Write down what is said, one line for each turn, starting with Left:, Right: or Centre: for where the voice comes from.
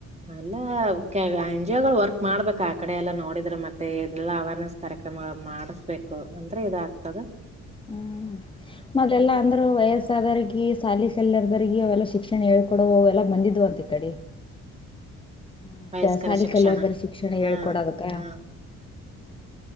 Right: ಎಲ್ಲ ಎನ್ ಜಿ ಗಳು ವರ್ಕ್ ಮಾಡ್ಬೇಕ ಆ ಕಡೆ ಎಲ್ಲಾ ನೋಡಿದ್ರೆ ಮತ್ತೆ ಇದೆಲ್ಲಾ ಅವೇರ್ನೆಸ್ ಕಾರ್ಯಕ್ರಮ ಮಾಡಿಸಬೇಕು ಅಂದ್ರೆ ಇದಾಗಗ್ತದ
Left: ಹ್ಮ್ ಮೊದಲೆಲ್ಲ ಅಂದ್ರು ವಯಸ್ಸಾದರ್ಗ ಸಾಲಿ <unintelligible> ಅವೆಲ್ಲ ಶಿಕ್ಷಣ ಹೇಳ್ಕೊಡೋ ಅವೆಲ್ಲ ಬಂದ್ವು ಅಂತ ಈ ಕಡೆ ಹ್ಮ್
Right: ವಯಸ್ಕರ
Left: ರಾಸಾಯನಿಕಲ
Right: ಶಿಕ್ಷಣ
Left: ಶಿಕ್ಷಣ ಹೇಳ್ಕೊಡದಕ್ಕ
Right: ಹ್ಮ್ ಹ್ಮ್